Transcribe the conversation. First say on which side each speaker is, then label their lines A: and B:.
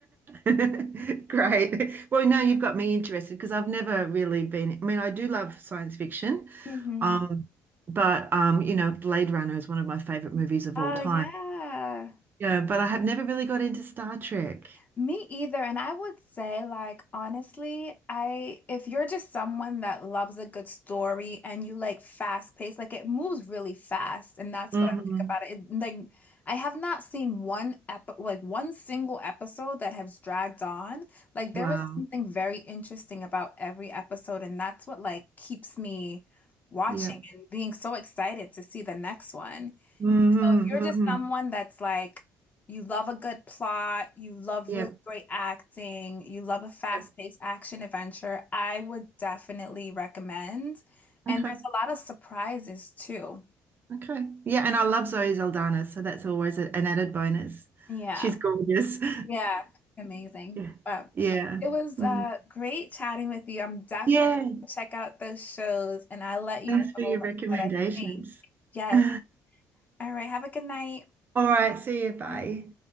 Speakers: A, on the right; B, on the left.
A: <laughs> Great. Well, now you've got me interested because I've never really been. I mean, I do love science fiction,
B: <laughs> hmm
A: um, but um, you know, Blade Runner is one of my favorite movies of
B: Oh
A: all time.
B: yeah.
A: Yeah, but I have never really got into Star Trek.
B: Me either. And I would say, like, honestly, I, if you're just someone that loves a good story and you like fast paced, like it moves really fast. And that's
A: hmm
B: what I like about it. It- like, I have not seen one ep like one single episode that has dragged on. Like, there
A: Wow.
B: is something very interesting about every episode. And that's what like keeps me watching
A: Yeah.
B: and being so excited to see the next one.
A: Mm-hmm,
B: So if you're just
A: hmm
B: someone that's like, you love a good plot, you love
A: Yep.
B: really great acting, you love a fast-paced
A: Yep.
B: action adventure, I would definitely recommend. And
A: Okay.
B: there's a lot of surprises too.
A: Okay. Yeah, and I love Zoe Saldana, so that's always a, an added bonus.
B: Yeah.
A: She's gorgeous. <laughs>
B: Yeah. Amazing.
A: Yeah.
B: But
A: Yeah.
B: it was
A: Mm.
B: uh, great chatting with you. I'm definitely
A: Yeah.
B: gonna check out those shows and I'll let you
A: Thanks
B: know
A: for your
B: what,
A: recommendations.
B: what I think.
A: <laughs>
B: Yes.
A: All
B: All right. Have a good night.
A: right. See you. Bye.
B: Bye.